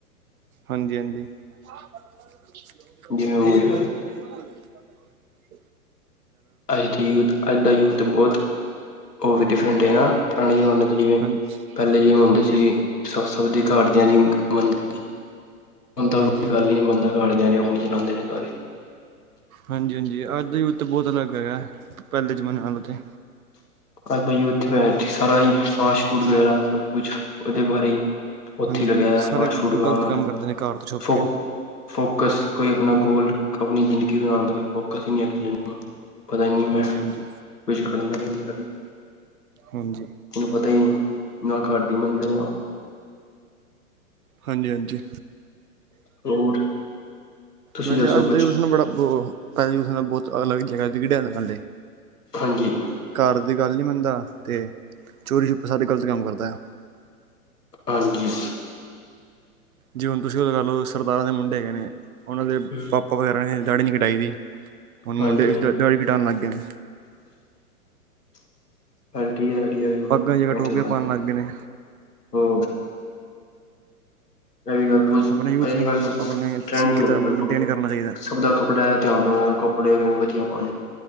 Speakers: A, on the right; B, on the left.
A: ਹਾਂਜੀ-ਹਾਂਜੀ। <unintelligible>
B: ਜਿਵੇਂ ਹੁਣ ਅੱਜ ਦੇ ਯੂੱਥ, ਅੱਜ ਦਾ ਯੂੱਥ ਤੇ ਬਹੁਤ। ਉਹ ਵੀ ਡਿਫਰੈਂਟ ਹੈ ਨਾ ਪੁਰਾਣੇ ਜ਼ਮਾਨੇ ਤੋਂ ਜਿਵੇਂ
A: ਹਾਂਜੀ
B: ਪਹਿਲੇ ਜਿਵੇ ਹੁੰਦੇ
A: ਹਾਂਜੀ
B: ਸੀ।
A: ਹਾਂਜੀ
B: ਸ ਸਭ ਦੀ ਘਾਟ ਦੀਆਂ ਦੀ ਮੰਦੀ ਬੰਦਾ
A: ਹਾਂਜੀ
B: ਗੱਲ ਹੀ ਨੀ ਮੰਨਦਾ। ਘਰ ਦਿਆ ਨੇ ਆਪਣੀ ਚਲਾਉਂਦੇ ਨੇ ਸਾਰੇ।
A: ਹਾਂਜੀ-ਹਾਂਜੀ, ਅੱਜ ਦਾ ਯੂਥ ਤਾਂ ਬਹੁਤ ਅਲੱਗ ਹੈਗਾ, ਪਹਿਲੇ ਜ਼ਮਾਨੇ ਨਾਲੋ ਤੇ।
B: ਅੱਜ ਦਾ ਯੂੱਥ ਭਾਜੀ ਸਾਰਾ ਹੀ ਫਾਸਟ ਫੂਡ ਵਗੈਰਾ ਸਭ ਕੁਛ ਉਹਦੇ ਬਾਰੇ? ਉੱਥੇ
A: ਹਾਂਜੀ
B: ਹੀ
A: ਹਾਂਜੀ
B: ਲੱਗਿਆ ਦਾ,
A: ਸਾਰਾ
B: ਫਾਸਟ-ਫੂਟ ਵਾਲਾ
A: ਗਲਤ ਕੰਮ ਕਰਦੇ ਨੇ ਕਾਰ ਤੋਂ ਛੁਪ
B: ਫੋ
A: ਕੇ
B: ਫੋਕਸ, ਕੋਈ ਅਪਣਾ ਗੋਲ। ਅਪਣੀ ਜ਼ਿੰਦਗੀ ਬਣਾਣ ਦਾ ਕੋਈ ਫੋਕਸ ਈ ਨਈ ਐ, ਕਿਸੇ ਕੋਲ। ਪਤਾ ਈ ਨੀ, ਮੈਂ
A: ਹਾਂਜੀ
B: ਕੁਛ
A: ਹਾਂਜੀ
B: ਕਰਨਾ ਕਿ, ਨਹੀਂ ਕਰਨਾ।
A: ਹਾਂਜੀ।
B: ਤੈਨੂੰ ਪਤਾ ਹੀ ਨੀ, ਨਾ ਘਰਦੀ ਮੰਨਦੇ ਓ।
A: ਹਾਂਜੀ-ਹਾਂਜੀ।
B: ਹੋਰ ਤੁਸੀਂ
A: ਵੈਸੇ,
B: ਦੱਸੋ
A: ਅੱਜ
B: ਕੁਛ
A: ਦੇ ਯੂਥ ਨੂੰ ਬੜਾ ਪੋ ਭਾਜੀ, ਉਸਨੂੰ ਬਹੁਤ ਅਲੱਗ ਜਗ੍ਹਾ ਦੀ ਵੀਡੀਆ ਦਿਖਾਂਦੇ।
B: ਹਾਂਜੀ।
A: ਘਰ ਦੀ ਗੱਲ ਨੀ ਮੰਨਦਾ ਤੇ, ਚੋਰੀ-ਛੁੱਪੇ ਸਾਰੇ ਗੱਲਤ ਕੰਮ ਕਰਦਾ।
B: ਹਾਂਜੀ।
A: ਜੀ ਹੁਣ ਤੁਸੀਂ ਲਗਾ ਓਹ ਕਰਲੋ, ਸਰਦਾਰਾਂ ਦੇ ਮੁੰਡੇ ਹੈਗੇ ਨੇ, ਉਹਨਾਂ ਦੇ
B: ਹੂੰ
A: ਪਾਪਾ ਵਗੈਰਾ ਨੇ ਦਾੜੀ ਨਹੀਂ ਕਟਾਈ ਦੀ। ਹੁਣ
B: ਹਾਂਜੀ
A: ਮੁੰਡੇ,
B: ਹਾਂਜੀ
A: ਦਦਾ, ਦਾੜੀ ਕਟਾਣ ਲੱਗ ਗਏ ਨੇ।
B: ਹਲਕੀ ਦਾੜੀ ਆਈ <unintelligible>
A: ਪੱਗਾਂ ਦੀ ਜਗ੍ਹਾ ਟੋਪੀਆਂ ਪਾਉਣ ਲੱਗ ਗਏ ਨੇ
B: ਹੋ ਇਹ ਵੀ ਗੱਲ ਪੁਛ,
A: ਆਪਣੇ ਯੂਥ
B: ਇਹ
A: ਨੂੰ
B: ਗੱਲ,
A: ਸਾਨੂੰ ਆਪਣੇ
B: ਟਰੈਂਡ
A: ਸਿੱਖੀ
B: ਹੀ ਹੋਗਿਆ
A: ਧਰਮ ਨੂੰ
B: ਬਿਲਕੁਲ।
A: ਮੇਨਟੇਨ ਕਰਨਾ ਚਾਹੀਦਾ
B: ਆਪਦਾ ਕੱਪੜਿਆਂ ਦਾ ਧਿਆਨ ਦੋ, ਹੋਇਆ ਕੱਪੜੇ ਵਧੀਆ ਪਾਣੇ,